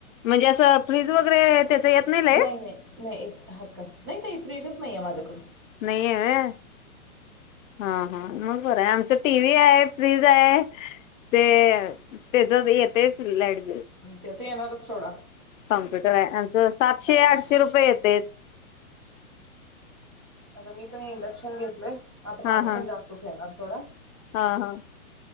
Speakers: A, on the left (about 65°); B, on the right (about 20°).
A: म्हणजे असं फ्रीज वगैरे त्याच येत लाईट
B: नाही नाही, नाही हात काढ नाही ताई फ्रिजच. नाहीये माझ्याकड.
A: नाही हाय? हा हा मग बरं हाय, आमच्यात टीव्ही हाय फ्रीज आहे ते त्याच्यात येतयच लाईटबी
B: त्याच येणारच थोडा
A: कॉम्प्युटर आहे, आमच सातशे - आठशे
B: किती
A: रुपये येतयच
B: आता मी पण इंडक्शन घेतलय आता
A: हा
B: माझ
A: हा
B: पण जास्तच यायलय आस सोडा.
A: हा हा